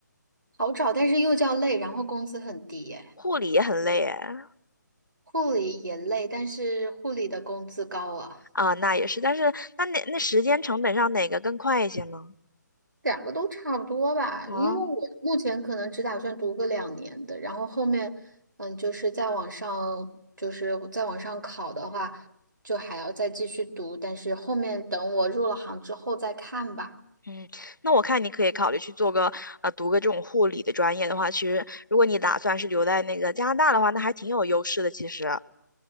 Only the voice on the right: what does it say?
好找，但是又叫累，然后工资很低耶，
护理也累，但是护理的工资高啊。
两个都差不多吧，
因为我目前可能只打算读个两年的，然后后面，嗯，就是再往上，就是再往上考的话，就还要再继续读，但是后面等我入了行之后再看吧。